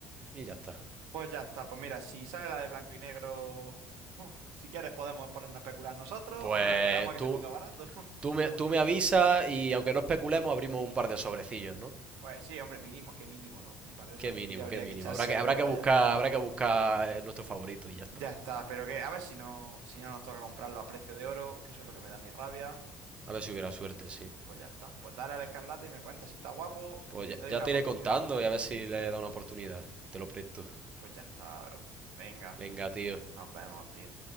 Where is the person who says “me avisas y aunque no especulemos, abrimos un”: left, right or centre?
Right